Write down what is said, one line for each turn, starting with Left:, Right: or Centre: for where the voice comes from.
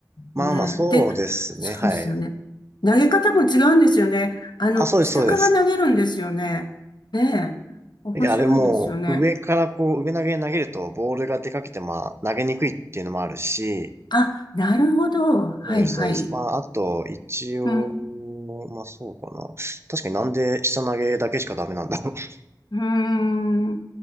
Right: まあまあ、
Left: ね。
Right: そうですね、
Left: で、そうですよね。
Right: はい。
Left: 投げ方も違うんですよね。あの、
Right: あ、そうです、
Left: 下から投げるんですよね。
Right: そうです。
Left: ねえ。面白いですよね。
Right: いや、あれもう、上からこう、上投げに投げると、ボールが出かけて、まあ、投げにくいっていうのもあるし、
Left: あ、なるほど。はいはい。
Right: そうです、そうです。まあ、あと、一応、
Left: うん。
Right: まあ、そうかな。確かになんで下投げだけしかダメなんだろう。<laughs>
Left: うーん。